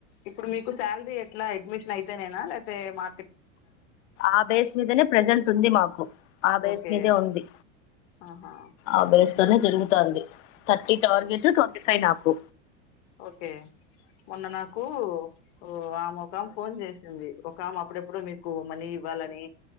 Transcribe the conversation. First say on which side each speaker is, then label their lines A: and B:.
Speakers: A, on the left (about 60°); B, on the left (about 80°).
A: ఇప్పుడు మీకు శాలరీ ఎట్లా అడ్మిషన్ అయితేనేనా లేతే మా
B: ఆ బేస్ మీదనే ప్రెజెంట్ ఉంది మాకు ఆ బేస్
A: ఓకే
B: మీదే ఉంది
A: ఆహా
B: ఆ బేస్ నే జరుగుతా ఉంది thirty
A: okay
B: target
A: okay
B: twenty five నాకు
A: ఓకే మొన్న నాకు ఒ ఆమే ఒకామే ఫోన్ చేసింది. ఒకామే అప్పుడె ప్పుడో మీర్ కు మనీ ఇవ్వాలని